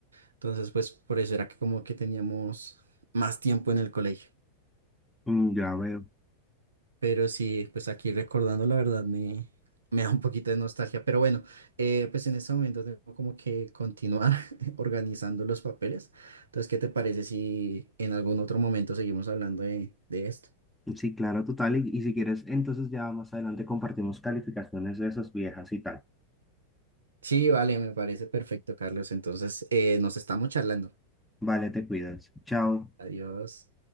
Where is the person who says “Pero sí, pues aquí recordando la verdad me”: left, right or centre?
Right